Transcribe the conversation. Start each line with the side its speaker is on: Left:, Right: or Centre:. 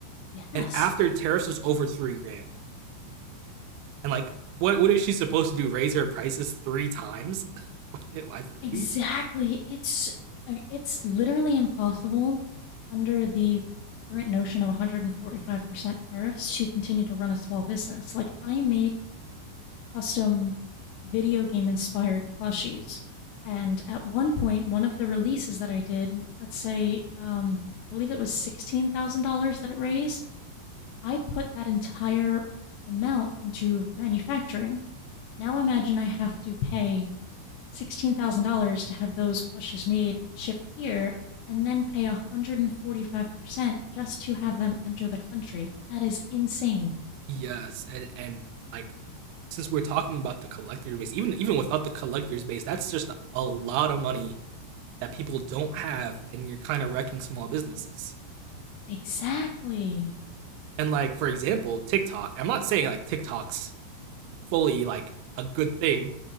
Left: Yes.
Right: and after tariffs was over three grand, and like what what is she supposed to do? Raise her prices three times? <laughs> Why three?
Left: Exactly. It's uh, it's literally impossible under the current notion of 145% tariffs to continue to run a small business. Like I make custom video game inspired plushies. And at one point, one of the releases that I did, let's say, um, I believe it was $16,000 that it raised, I put that entire amount into manufacturing. Now imagine I have to pay $16,000 to have those plushies made, shipped here, and then pay 145% just to have them enter the country. That is insane.
Right: Yes, and and like since we're talking about the collector base, even even without the collector's base, that's just a lot of money that people don't have, and you're kind of wrecking small businesses.
Left: Exactly.
Right: And like for example, TikTok. I'm not saying like TikTok's fully like a good thing,